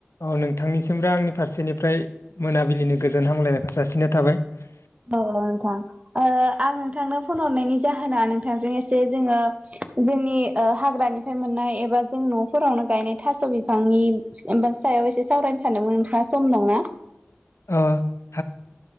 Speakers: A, on the left; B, on the right.
A: औ नोंथांनिसिरो आंनि फारसेनिफ्राय मोनाबिलिनि गोजोन हामग्लायनायखौ जासिनाय थाबाय ।
B: औ ल' नोंथां आं नोंथांनो फन हरनायनि जाहोना नोंथांजों एसे जोङो जोंनि ओ हाग्रानिफ्राय मोननाय एबा जों नफोरावनो गायनाय थास बिफांनि एबा सायाव एसे सावरायनो सानदोंमोन नोंथाङा सम दंना?
A: ओ ।